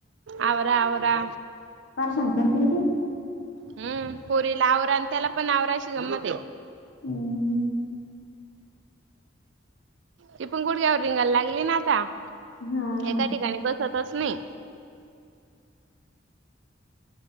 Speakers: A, on the right (about 70°); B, on the left (about 80°).
A: आवरा आवरा
B: <unintelligible>
A: हम्म पोरीला आवरा आणि त्याला पण आवराशी जमत हाय
B: हम्म.
A: ती पण गुडग्यावर रिंगायला लागली ना आता
B: हा
A: एका ठिकाणी बसतच नाही